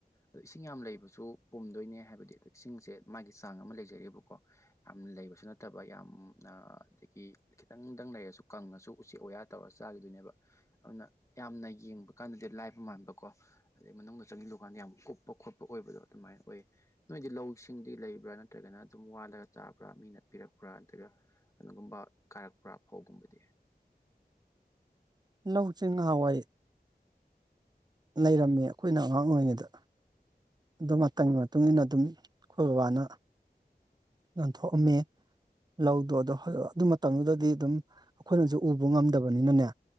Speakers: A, on the left; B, on the right.
A: ꯑꯗꯣ ꯏꯁꯤꯡ ꯌꯥꯝ ꯂꯩꯕꯁꯨ ꯄꯨꯝꯗꯣꯏꯅꯦ ꯍꯥꯏꯕꯗꯤ ꯑꯗꯣ ꯏꯁꯤꯡꯁꯦ ꯃꯥꯒꯤ ꯆꯥꯡ ꯑꯃ ꯂꯩꯖꯕꯀꯣ ꯌꯥꯝꯅ ꯂꯩꯕ ꯀꯩꯁꯨ ꯅꯠꯇꯕ ꯌꯥꯝꯅ ꯑꯗꯒꯤ ꯈꯤꯇꯪꯗꯪ ꯂꯩꯔꯁꯨ ꯀꯪꯉꯁꯨ ꯎꯆꯦꯛ ꯑꯣꯌꯥ ꯇꯧꯔ ꯆꯥꯈꯤꯗꯣꯏꯅꯦꯕ ꯑꯗꯨꯅ ꯌꯥꯝꯅ ꯌꯦꯡꯕ ꯀꯥꯟꯗꯗꯤ ꯂꯥꯏꯕ ꯃꯥꯟꯕ ꯀꯣ ꯑꯗꯨꯗꯩ ꯃꯅꯨꯡꯗ ꯆꯪ ꯂꯨ ꯥꯟꯗ ꯌꯥꯝ ꯀꯨꯞꯄ ꯈꯣꯠꯄ ꯑꯣꯏꯕꯗꯣ ꯑꯗꯨꯃꯥꯏꯅ ꯑꯣꯏꯌꯦ ꯅꯣꯏꯗꯤ ꯂꯧꯁꯤꯡꯗꯤ ꯂꯩꯕ꯭ꯔꯥ ꯅꯠꯇ꯭ꯔꯒꯅ ꯑꯗꯨꯝ ꯋꯥꯠꯂꯒ ꯇꯥꯕ꯭ꯔꯥ ꯃꯤꯅ ꯄꯤꯔꯛꯄ꯭ꯔꯥ ꯅꯠꯇꯒ ꯀꯩꯅꯣꯒꯨꯝꯕ ꯀꯥꯔꯛꯄ꯭ꯔꯥ ꯐꯧꯒꯨꯝꯕꯗꯤ
B: ꯂꯧꯁꯤꯡ ꯉꯍꯥꯟꯋꯥꯏ ꯂꯩꯔꯝꯃꯤ ꯑꯩꯈꯣꯏꯅ ꯑꯉꯥꯡ ꯑꯣꯏꯔꯤꯉꯩꯗ ꯑꯗꯨ ꯃꯇꯝꯒꯤ ꯃꯇꯨꯡ ꯏ ꯃꯇꯨꯡꯏꯟꯅ ꯑꯗꯨꯝ ꯑꯩꯈꯣꯏ ꯕꯕꯥꯅ ꯉꯟꯊꯣꯛꯑꯝꯃꯤ ꯂꯧꯗꯣ ꯑꯗꯣ ꯑꯗꯨ ꯃꯇꯝꯗꯨꯗꯗꯤ ꯑꯗꯨꯝ ꯑꯩꯈꯣꯏꯅꯁꯨ ꯎꯕ ꯉꯝꯗꯕꯅꯤꯅꯅꯦ